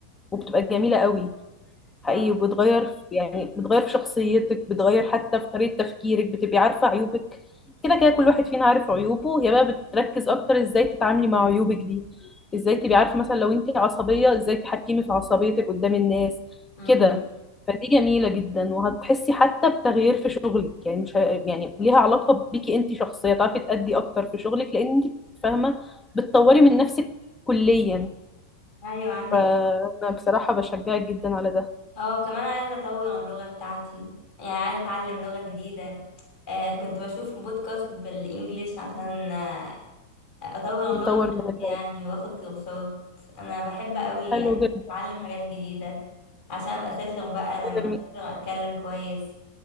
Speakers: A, on the left; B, on the left.
A: وبتبقى جميله قوي حقيقي
B: صح
A: وبتغير في يعني بتغير في شخصيتك بتغير حتى في طريقة تفكيرك بتبقي عارفة عيوبك كده كده كل واحد فينا عارف عيوبه هي بقى بتركز اكتر ازاي تتعاملي مع عيوبك دي ازاي تبقي عارفة مثلا لو انت عصبية ازاي تتحكمي في عصبيتك قدام الناس
B: امم
A: كده فدي جميلة جدا وهتحسي حتى بتغيير في شغلك يعني مش ه... يعني ليها علاقة بيكي انت شخصية تعرفي تأدي اكتر في شغلك لان انت فاهمة بتطوري من نفسك كليا
B: ايوه عندك
A: فأنا
B: حق.
A: بصراحة بشجعك جدا على ده
B: اه كمان عايزه اطور اللغه بتاعتي يعني عايزه اتعلم لغه جديده آه كنت بشوف بودكاست بالانجليش عشان اطور اللغه
A: نطور
B: بتاعتي
A: من العلاقة
B: يعني واخد كورسات انا بحب قوي
A: حلو جدا
B: اتعلم حاجات جديده عشان ابقى اسافر بقى
A: ده
B: لما
A: جميل
B: اسافر اتكلم كويس